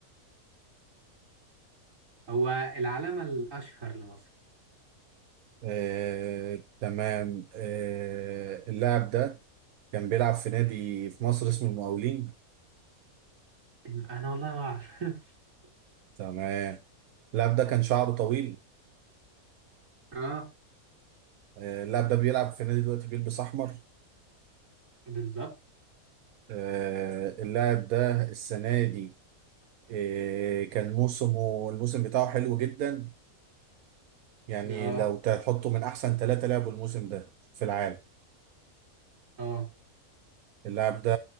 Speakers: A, on the right; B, on the right.
A: هو العلامة الأشهر لمصر
B: آه، تمام آه، اللاعب ده كان بيلعب في نادي في مصر اسمه المقاولين
A: الم- أنا والله ما أعرف <laughs>
B: تمام اللاعب ده كان شعره طويل
A: اه
B: آه، اللاعب ده بيلعب في نادي دلوقتي بيلبس احمر
A: بالظبط
B: آه، اللاعب ده السنه دي آه، كان موسمه الموسم بتاعه حلو جدا يعني
A: اه
B: لو تحطه من احسن ثلاثه لعبوا الموسم ده في العالم
A: اه
B: اللاعب ده